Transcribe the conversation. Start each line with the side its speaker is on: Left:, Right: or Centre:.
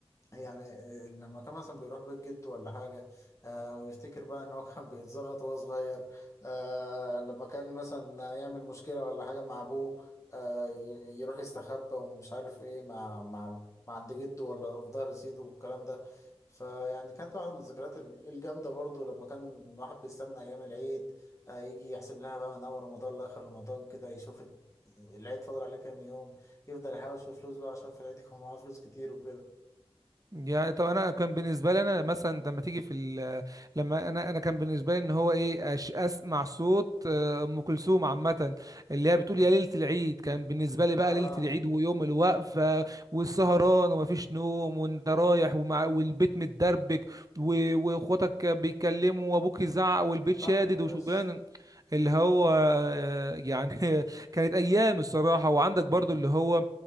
Left: يعني لما كان مثلا بيروح بيت جده ولا حاجة آه ويفتكر بقى إن هو كان بيتزغط وهو صغير آه لما كان مثلا يعمل مشكلة ولا حاجة مع أبوه آه ي- يروح يستخبى ومش عارف إيه مع مع مع عند جده ولا في ظهر سيده والكلام ده فيعني كانت واحدة من الذكريات ال- الجامدة برضو لما كان الواحد بيستنى أيام العيد آه يجي يحسب لها بقى من أول رمضان لآخر رمضان كده يشوف ال- العيد فاضل عليه كام يوم يفضل يحوش في فلوس بقى عشان في العيد يكون معاه فلوس كتير وكده
Right: يعني طب انا كان بالنسبه لي انا مثلا لما تيجي في ال- لما انا انا كان بالنسبه لي ان هو ايه أش اسمع صوت آه، ام كلثوم عامه اللي هي بتقول
Left: مم.
Right: يا ليله العيد كان بالنسبه لي بقى
Left: اه
Right: ليله العيد ويوم الوقفه والسهران ومفيش نوم وانت رايح ومع والبيت متدربك و- واخواتك بيتكلموا وابوك يزعق والبيت شادد
Left: طحن يا باشا
Right: وشغلان اللي هو آه، يعني <laughs> كانت ايام الصراحه وعندك
Left: مم.
Right: برضو اللي هو